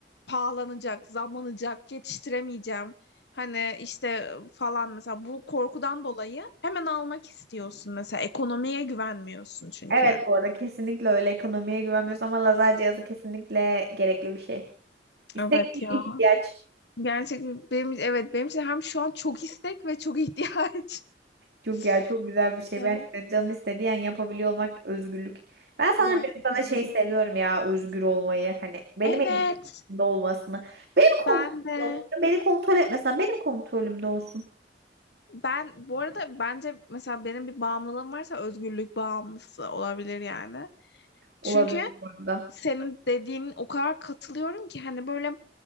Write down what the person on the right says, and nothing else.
Evet bu arada kesinlikle öyle ekonomiye güvenmiyoruz ama lazer cihazı kesinlikle gerekli bir şey. İstek
değil
ihtiyaç.
Çok
ya çok güzel bir
şey. Gerçekten
canın istediği an yapabiliyor olmak özgürlük. Ben sana
bir bana şey
seviyorum ya özgür olmayı. Hani benim
elimde olmasını. Benim kontrolümde
olsun. Beni kontrol etmesen benim kontrolümde olsun.
Olabilir
bu arada.